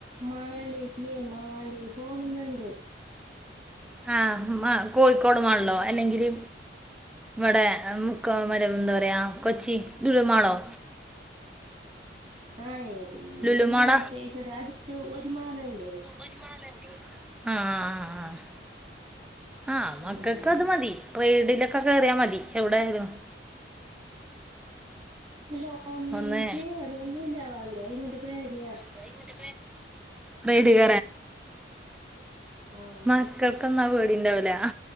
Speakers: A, on the right; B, in the centre.
A: മാലിബി മാലിബോ പോകുന്നുണ്ട്
B: ആഹ് മാ കോഴിക്കോട് മാളിലോ അല്ലെങ്കില് ഇവിടെ മുക്കം അല്ല എന്താ പറയാ കൊച്ചി ലുലുമാളൊ
A: ആഹ് ഏതെങ്കിലും
B: ലുലുമാള
A: ഒരു മാളിപ്പോയി ഇവിടെ അടുത്ത് ഒരു മാള് ഇണ്ടേ
B: ഒരു മാള് ഇണ്ടേ ആഹ് ആഹ് ആഹ് ആഹ് ആഹ് മക്കക്ക്
A: അതാ
B: അത് മതി റെയ്ഡിലൊക്കെ കേറിയാ മതി എവ്ടായാലും
A: ഇല്ല ഒനിക്ക്
B: ഒന്ന്
A: അതൊന്നുല്ല ഓന് ഭയങ്കര പേടിയാ
B: ഭയങ്കര പേടിയ
A: ആഹ്
B: മക്കൾക്കൊന്നും ആഹ് പേടിണ്ടാവൂല